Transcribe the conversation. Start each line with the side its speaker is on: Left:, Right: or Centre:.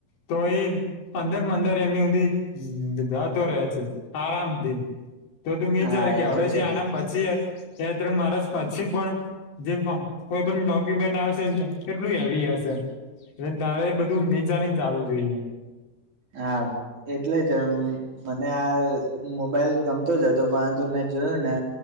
Left: તો એઈ પંદર પંદર એમ સુધી જતો રહેે છે, આરામથી. તો તુંમ વિચાર
Right: હા
Left: કે
Right: એ
Left: હવે
Right: તો
Left: જે
Right: છે
Left: આનામ પચી તત્ર મારા પછી પણ જેમ કોઈ પણ નોક્યુમેન્ટ આવશે. એટલું હેવી હશે એટલે તારે બધું નીચાની ચાલુ જોઈએ.
Right: હા એટલે જ મને આ મોબાઈલ ગમતો જ હતો, પરંતુ મેં જોયું ને